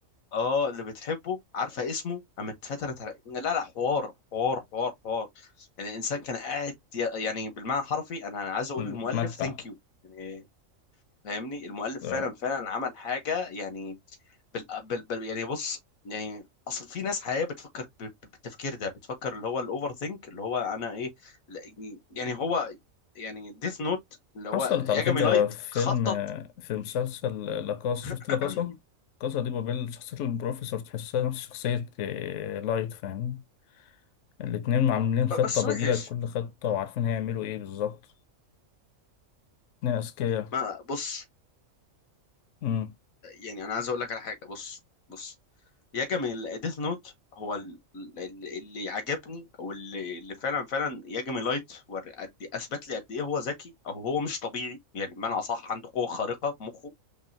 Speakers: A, on the left (about 80°); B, on the left (about 70°).
A: اه اللي بتحبه عارفه اسمه قامت اتفتلت على لا لا حوار حوار حوار حوار يعني الانسان كان قاعد ي- يعني بالمعنى الحرفي انا عايز اقول
B: بتمتع
A: للمؤلف ثانك يو يعني فاهمني المؤلف
B: آه.
A: فعلا فعلا عمل حاجه يعني بال... بال... بال... يعني بص يعني اصل في ناس حقيقيه بتفكر ب... ب- بالتفكير ده بتفكر اللي هو الاوفر ثينك اللي هو انا ايه لا، يعني هو يعني ديث نوت اللي هو
B: حصلت
A: ياجامي
B: على فكرة
A: لايت
B: في
A: خطط
B: فيلم في مسلسل لاكاسا شفت
A: <clears throat>
B: لاكاسا؟ لاكاسا دي بابيل شخصية البروفيسور تحسها نفس شخصية آه، لايت فاهم الاتنين عاملين خطة
A: بس
B: بديلة
A: وحش
B: لكل خطة وعارفين هيعملوا ايه بالظبط اتنين أذكياء
A: ما بص
B: أمم،
A: يعني انا عايز اقول لك على حاجه بص بص يا جميل ديث نوت هو ال- ال- اللي عجبني او اللي اللي فعلا فعلا يجمي لايت ور- قد إيه، اثبت لي قد ايه هو ذكي او هو مش طبيعي يعني بمعنى اصح عنده قوه خارقه في مخه